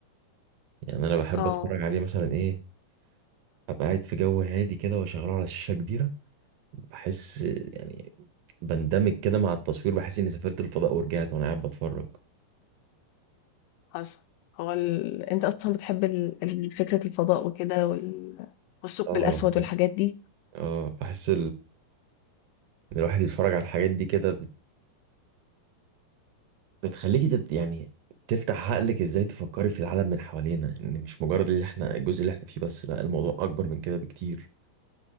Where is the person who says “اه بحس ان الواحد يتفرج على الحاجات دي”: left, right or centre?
Right